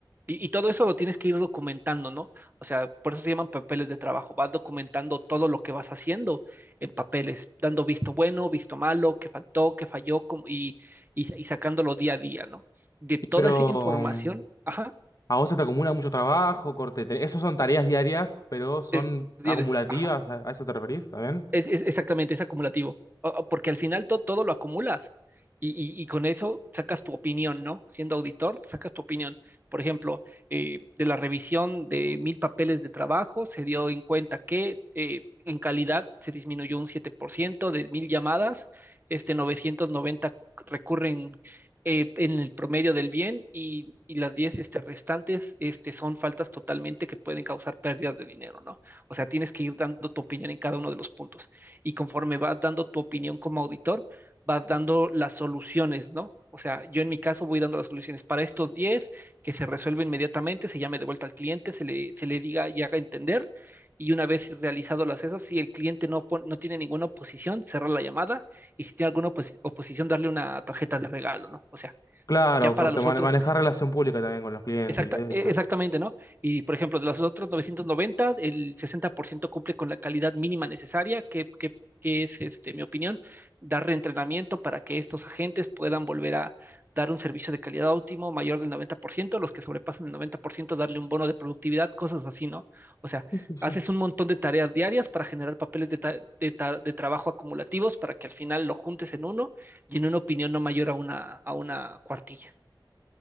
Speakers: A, on the right; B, on the left.
A: y, y todo eso lo tienes que ir documentando, ¿no? O sea, por eso se llaman papeles de trabajo, vas documentando todo lo que vas haciendo en papeles, dando visto bueno, visto malo, qué faltó, qué falló cómo- y, y, y sacándolo día a día, ¿no? De toda
B: Pero
A: esa información,
B: mm,
A: ajá,
B: a vos se te acumula mucho trabajo, corte. te- Esas son tareas diarias, pero son
A: es-
B: acumulativas.
A: tienes, ajá.
B: ¿A, a eso te referís también?
A: Es, es- exactamente, es acumulativo, O- o porque al final to- todo lo acumulas y, y- y con eso sacas tu opinión, ¿no? Siendo auditor, sacas tu opinión. Por ejemplo, eh, de la revisión de mil papeles de trabajo, se dio en cuenta que eh, en calidad se disminuyó un 7% de mil llamadas, este 990 recurren eh, en el promedio del bien y, y las diez este, restantes este, son faltas totalmente que pueden causar pérdidas de dinero, ¿no? O sea, tienes que ir dando tu opinión en cada uno de los puntos. Y conforme vas dando tu opinión como auditor, vas dando las soluciones, ¿no? O sea, yo en mi caso voy dando las soluciones para estos diez que se resuelve inmediatamente, se llame de vuelta al cliente, se le, se le diga y haga entender. Y una vez realizado las esas, si el cliente no, pon- no tiene ninguna oposición, cerrar la llamada y si tiene alguna opos- oposición, darle una tarjeta de regalo, ¿no? O sea,
B: Claro,
A: ya para
B: corte,
A: los
B: mane-
A: otros
B: manejar relación pública también con los clientes
A: Exacta,
B: y eso.
A: e- exactamente, ¿no? Y por ejemplo, de los otros novecientos noventa el 60% cumple con la calidad mínima necesaria, que, que- que es, este, mi opinión, dar reentrenamiento para que estos agentes puedan volver a dar un servicio de calidad óptimo mayor del 90%, los que sobrepasan el 90% darle un bono de productividad, cosas así, ¿no? O sea,
B: Sí, sí, sí.
A: haces un montón de tareas diarias para generar papeles de, ta- de ta- de trabajo acumulativos para que al final lo juntes en uno y en una opinión no mayor a una, a una cuartilla.